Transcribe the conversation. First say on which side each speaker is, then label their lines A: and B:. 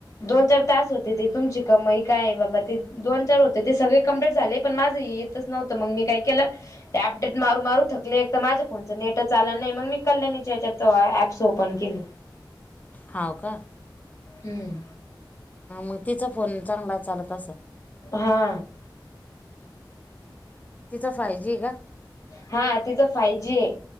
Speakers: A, on the left; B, on the left.
A: दोन चार तास होते, ती तुमची कमाई काय आहे? बाबा ती दोन चार होते ते सगळे कंप्लीट झाले, पण माझ हे येतच न्हवत, मग मी काय केल त्या अपडेट मारून मारून थकले एकतर माज. आमच नेटच चाल नाही मग मी कल्याणीच्या हेच्यात ऍप्स ओपन केले.
B: हाव का.
A: हूं.
B: हा मग तिचा फोन चांगला चालत असल.
A: हा.
B: तिजा फायजी आहे का.
A: हा तिचं फाय जी आहे